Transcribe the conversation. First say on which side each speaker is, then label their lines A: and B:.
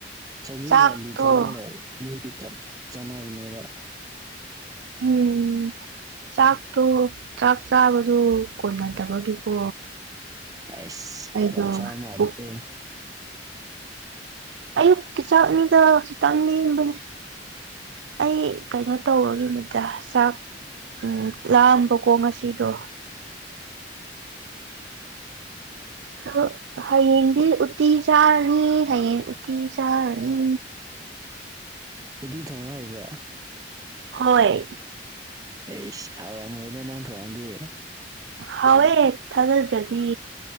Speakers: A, on the right (about 20°); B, on the right (about 70°).
A: ꯁꯧꯒ꯭ꯔꯤꯒ
B: ꯆꯥꯛꯇꯣ
A: ꯂꯨ ꯊꯣꯡꯉꯔ ꯃꯣꯏꯗꯨ ꯆꯞ ꯆꯥꯟꯅꯕꯅꯦꯕ
B: ꯎꯝ ꯆꯥꯛꯇꯣ ꯆꯥꯛ ꯆꯥꯕꯗꯨ ꯀꯣꯟꯅꯗꯕꯒꯤꯀꯣ
A: ꯑꯁ
B: ꯑꯩꯗꯣ
A: ꯌꯥꯝ ꯆꯥꯃ ꯑꯗꯨꯗ
B: ꯄꯨꯛ ꯑꯌꯨꯛꯀꯤ ꯆꯥꯛ ꯑꯅꯤꯗ ꯈꯤꯇꯪꯅꯤꯕꯅꯦ ꯑꯩ ꯀꯩꯅꯣ ꯇꯧꯕꯒꯤꯅꯤꯗ ꯆꯥꯛ ꯎꯝ ꯂꯥꯑꯝꯕꯀꯣ ꯉꯁꯤꯗꯣ ꯑ ꯍꯌꯦꯡꯗꯤ ꯎꯇꯤ ꯆꯥꯔꯅꯤ ꯍꯌꯦꯡ ꯎꯠꯇꯤ ꯆꯥꯔꯅꯤ
A: ꯎꯗꯤ ꯊꯣꯡꯕ ꯍꯩꯕ꯭ꯔꯥ
B: ꯍꯣꯏ
A: ꯑꯩ ꯁꯥꯎꯔꯥ ꯃꯣꯏꯅꯥ ꯅꯪ ꯊꯉꯗꯤꯌꯦ
B: ꯍꯥꯎꯋꯦ ꯊꯥꯖꯗ꯭ꯔꯗꯤ